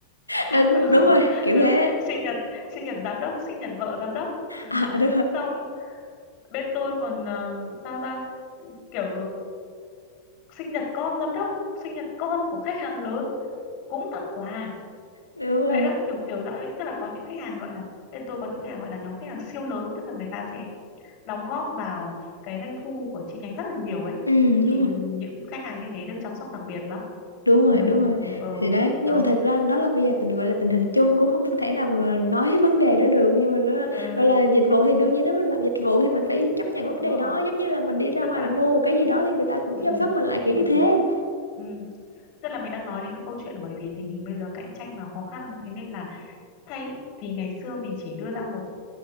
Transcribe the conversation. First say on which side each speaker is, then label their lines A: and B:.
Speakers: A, on the left (about 85°); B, on the left (about 45°).
A: Nên-
B: <laughs>
A: đúng rồi kiểu
B: ừ,
A: thế
B: sinh nhật sinh nhật giám đốc sinh nhật vợ giám đốc <laughs>
A: à, đúng rồi
B: xong bên tôi còn ờ, sao ta kiểu sinh nhật con giám đốc sinh nhật con của khách hàng lớn cũng tặng quà
A: đúng rồi
B: vậy đó kiểu kiểu dạng ấy tức là có những khách hàng gọi là bên tôi có những khách hàng gọi là nhóm khách hàng siêu lớn tức là người ta sẽ đóng góp vào cái doanh thu của chi nhánh rất là nhiều ấy
A: ừ, đúng
B: thì
A: rồi
B: những khách hàng như thế được chăm sóc đặc biệt lắm
A: đúng
B: được
A: rồi đúng rồi
B: ờ
A: thì đấy nhưng
B: đó
A: mà thật ra đó là bây giờ tình gọi là tình hình chung cũng không thể nào mà nói <laughs> vấn đề đó được nhưng mà nó
B: ừ,
A: gọi là dịch vụ thì đương nhiên nếu mình làm dịch vụ thì mình phải chấp nhận vấn
B: đúng
A: đề
B: rồi
A: đó giống như là mình đi ra
B: tức
A: ngoài
B: là
A: mình mua một cái gì đó thì người ta cũng
B: ừ,
A: chăm sóc mình lại kiểu
B: ừ,
A: như thế
B: ừ. tức là mình đang nói đến cái câu chuyện là bởi vì tình hình bây giờ cạnh tranh và khó khăn thế nên là thay vì ngày xưa mình chỉ đưa ra một